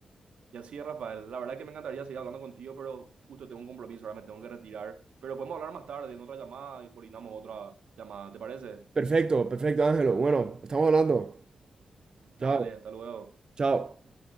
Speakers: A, on the right (about 80°); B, on the right (about 40°).
A: Y así es, Rafael. La verdad que me encantaría seguir hablando contigo, pero justo tengo un compromiso, ahora me tengo que retirar. Pero podemos hablar más tarde en otra llamada y coordinamos otra llamada, ¿te parece?
B: Perfecto, perfecto Ángelo. Bueno, estamos hablando. Chao,
A: Dale, hasta luego.
B: chao.